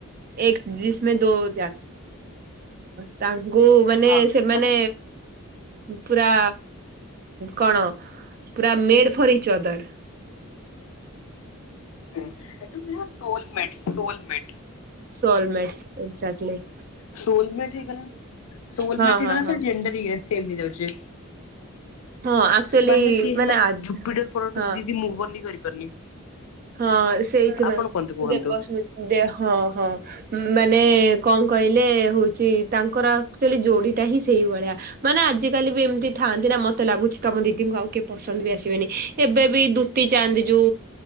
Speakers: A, on the right; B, on the left.
A: ଏକ ଆମେ ଦେହାନ୍ତ ତ <unintelligible> ଗୋଉ ମାନେ,
B: ହଁ
A: ସେମାନେ
B: ମାନେ
A: ପୁରା କଣ ପୁରା ମେଢ ଫରି ଚଦର
B: ହୁଁ ଏ soul mate, soul mate
A: soul mate, ଏକ୍ ଯାମେନ୍
B: ସୋଲ୍ ମେଟ୍ ହେଇଗଲା, ହୋଲ୍
A: ହଁ
B: ମେଟ୍ ହେଇଗଲାତ
A: ହଁ ହଁ
B: ଜେଣ୍ଡେ ରିଏସ୍ ସେବ୍ ହେଇଯାଉଛି।
A: ହଁ ଆକ୍ଚୁଆଲି
B: ମାନେ ସିଏ ହେଲା
A: ଆ
B: ଜୁପିଟର ପୁ
A: ହଁ
B: ଯିଦି ମୁଁନି କରିପାରୁନି।
A: ହଁ ସେଇଥିପାଇଁ,
B: ଆପଣ କୁହନ୍ତୁ କୁହନ୍ତୁ।
A: ଦେବମ ଦେ ହଁ ହଁ ମାନେ କଣ କହିଲେ ହଉଛି ତାଙ୍କର ଆଚୁଅଲି ଯୋଡିଟା ହିଁ ସେଇଭଳିଆ, ମାନେଆ ଆଜି କାଲି ବି ଏମିତି ଥାଆନ୍ତି ନା, ମତେ ଲାଗୁଛି ତମ ଦିଦିଙ୍କୁ ଆଉ କେ ପସନ୍ଦ ବି ଆସିବେନି, ଏବେ ବି ଦୁତି ଚା ଯଉ